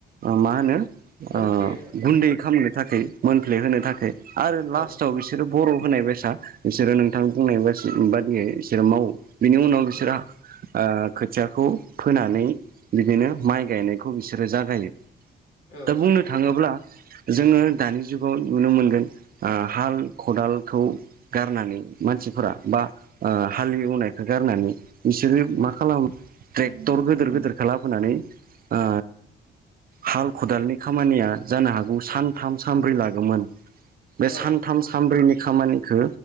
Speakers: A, on the right; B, on the left.
A: ओ मा होनो
B: मोनथिलाय
A: ओ
B: होनो
A: गुन्दै खामनो थाखै मोनफ्ले होनो थाखै आरो लास्टाव
B: औ
A: बिसोरो बर' होनाय बायसा बिसोरो नोंथां बुंनाय बासि बादियै बिसोरो मावो। बिनि उनाव बिसोरा
B: औ
A: ओ खोथियाखौ फोनानै बिदिनो माइ गायनायखौ बिसोरो जागायो।
B: औ
A: दा बुंनो
B: नंगौ
A: थाङोब्ला जोङो दानि जुगाव नुनो मोनगोन ओ हाल खदालखौ गारनानै मानस सिफोरा बा ओ हाल एवनायखो गारनानै बिसोरो मा खालामो ट्रेक्टर गोदोर गोदोरखो लाबोनानै ओ हाल खदालनि खामानिया जानो हागौ सानथाम सानब्रै लागोमोन। बे
B: औ
A: सानथाम सानब्रैनि खामानिखो